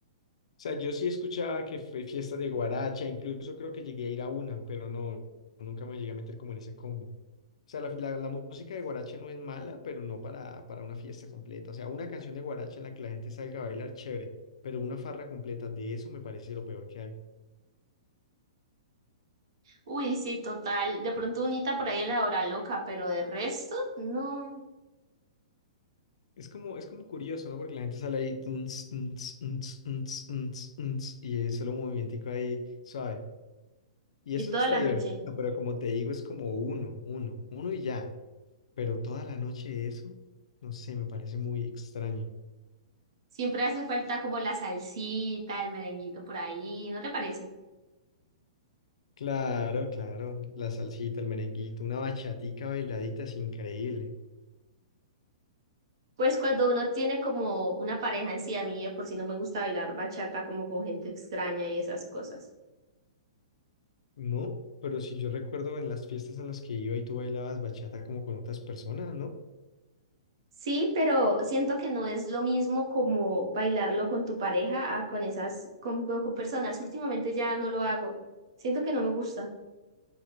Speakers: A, on the left; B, on the right.
A: sea, yo sí escuchaba que fue fiesta de guaracha, incluso creo que llegué a ir a una, pero no, nunca me llegué a meter como en ese combo. O sea, la, la- la música de guaracha no es mala, pero no para, para una fiesta completa. O sea, una canción de guaracha en la que la gente salga a bailar, chévere, pero una farra completa de eso me parece lo peor que hay.
B: Uy, sí, total. De pronto unita por ahí en la hora loca, pero de resto, no.
A: Es como, es como curioso, ¿no? Porque la gente sale ahí tuns, tuns, tuns, tuns, tuns, tuns, y es solo un movimentico ahí suave. Y
B: Y
A: eso
B: toda
A: es hasta
B: la
A: divertido,
B: noche.
A: pero como te digo, es como uno, uno, uno y ya. pero toda la noche eso, no sé, me parece muy extraño.
B: Siempre hace falta como la salsita, el merenguito por ahí, ¿no te parece?
A: Claro, claro, la salsita, el merenguito, una bachatica bailadita es increíble,
B: Pues cuando uno tiene como una pareja en sí, a mí de por sí no me gusta bailar bachata como con gente extraña y esas cosas.
A: ¿no? Pero si yo recuerdo en las fiestas en las que iba y tú bailabas bachata como con otras personas, ¿no?
B: Sí, pero siento que no es lo mismo como bailarlo con tu pareja a con esas, con, con personas. Últimamente ya no lo hago. Siento que no me gusta.